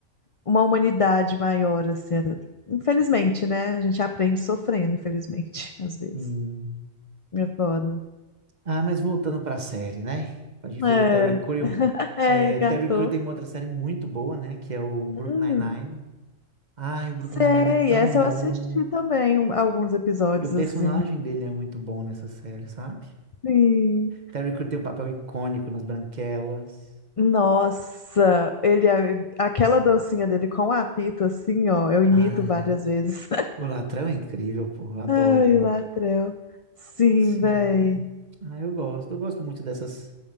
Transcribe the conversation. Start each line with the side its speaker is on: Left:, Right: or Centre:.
Left: uma humanidade maior, assim, é, infelizmente, né? A gente aprende sofrendo, infelizmente, <laughs> às vezes.
Right: Hum.
Left: É foda.
Right: Ah, mas voltando para a série, né? A gente
Left: É,
Right: falou do Terry Crew.
Left: é,
Right: É,
Left: gato.
Right: Terry Crew tem uma outra série muito boa, né? Que é o Brooklyn
Left: Hum,
Right: Nine-Nine. Ai, Brooklyn
Left: sei,
Right: Nine-Nine é tão
Left: essa
Right: bom.
Left: eu assisti também um- alguns episódios,
Right: E o personagem
Left: assim.
Right: dele é muito bom nessa série, sabe?
Left: Sim.
Right: Terry Crews tem um papel icônico nas Branquelas.
Left: Nossa, ele é, aquela dancinha dele com o apito assim, ó, eu imito
Right: Ai,
Left: várias vezes.
Right: o Latrell é incrível, pô,
Left: <laughs>
Right: eu adoro.
Left: Ai, o Latrell. Sim,
Right: Sim.
Left: véi.
Right: Ah, eu gosto. Eu gosto muito dessas,